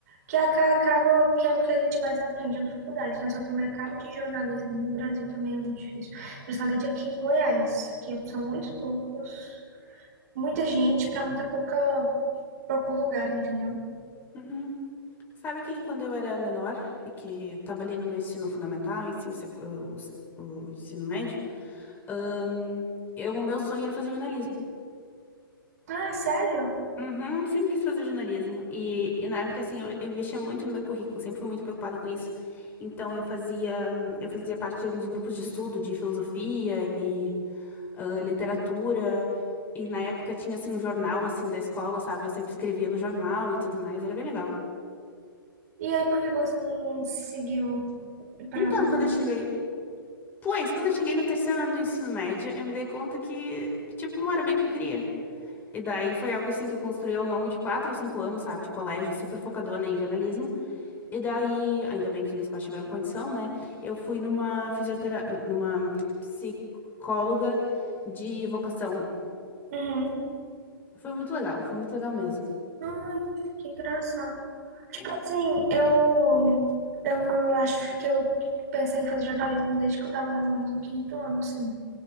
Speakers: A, on the right; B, on the left.
A: que aca- acaba, que é o que a gente mais aprende na faculdade, né? Só que o mercado de jornalismo no Brasil também é muito difícil, principalmente aqui em Goiás, que são muitos poucos, muita gente para muita pouca pouco lugar, entendeu?
B: uhum. Sabe que quando eu era menor e que estava ali no meu ensino fundamental, ensino secu- o, o ensino médio, ahn, eu, o meu sonho era fazer jornalismo.
A: Ah, sério?
B: Uhum, sempre quis fazer jornalismo. E, e na época, assim, eu, eu investia muito no meu currículo, sempre fui muito preocupada com isso. Então, eu fazia, hum, eu fazia parte de alguns grupos de estudo de filosofia e ah, literatura. E na época tinha, assim, um jornal, assim, da escola, sabe? Eu sempre escrevia no jornal e tudo mais, era bem legal.
A: E aí, por que você não seguiu pra
B: Então,
A: fazer
B: quando
A: isso?
B: eu cheguei Pois, quando eu cheguei no terceiro ano do ensino médio, eu me dei conta que, tipo, não era bem o que eu queria. E daí foi algo assim que eu construí ao longo de quatro ou cinco anos, sabe, de colégio, super focadona em jornalismo. E daí, ainda bem que os meus pais tiveram condição, né? Eu fui numa fisiotera... numa psicóloga de vocação.
A: Uhum.
B: Foi muito legal, foi muito legal mesmo.
A: Ai, que engraçado. Tipo
B: É.
A: assim, eu, eu acho que eu pensei em fazer jornalismo desde que eu tava mais ou menos no quinto ano, assim.